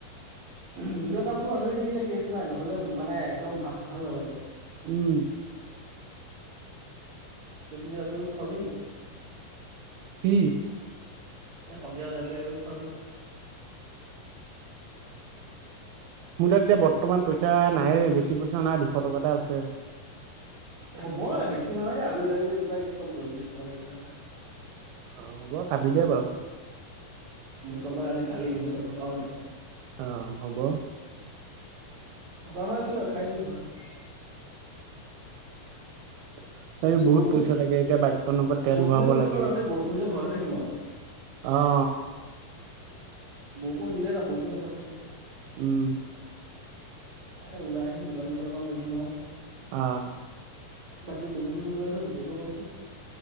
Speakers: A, on the right; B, on the right.
A: নিজৰ কামটো আজৰি থাকিলে কেচ নাই নহলে মানে একদম ভাল ভাল নালাগে।
B: উম।
A: কেমি কিবা কিবি খুৱাবি নেকি?
B: কি?
A: এ সন্ধিয়া ওলাই গলে কিবা খোৱাবি।
B: মোৰ তাত এতিয়া বৰ্তমান পইচা নাই বেছি পইচা নাই দুশ টকা এটা আছে।
A: হ'ব বেছি নালাগে আৰু ওলাই গ'লে কিবা এনে খুৱাবি দশ বিশ টকাৰ কিবা এটা।
B: অ হ'ব খাবি দিয়া বাৰু।
A: মোৰ ওচৰত মানে আজি খালি মোৰ ওচৰত টকাও নাই।
B: অ হ'ব
A: থকা হয় কিয় খাই দিলো হয়।
B: । <inaudible> এ বহুত
A: বৰষুণ
B: পইচা লাগে এতিয়া বাইকখনৰ পৰা তেল
A: বৰষুণ
B: ভৰাব
A: দিলে ক'তো
B: লাগে।
A: নাযাওঁ দেই বৰষুণ দিলে ঘৰতে থাকিম আৰু
B: অ।
A: বৌষুণ নিলে যা বৌষুণ দিলে ঘৰত থাকিম।
B: উম।
A: এ ওলাই আহিম দোকান মুখত অকণ বহিম আৰু।
B: আ
A: বাকী ডুবি চুবি গৈ আছ নি ডুবি গৈ আছ?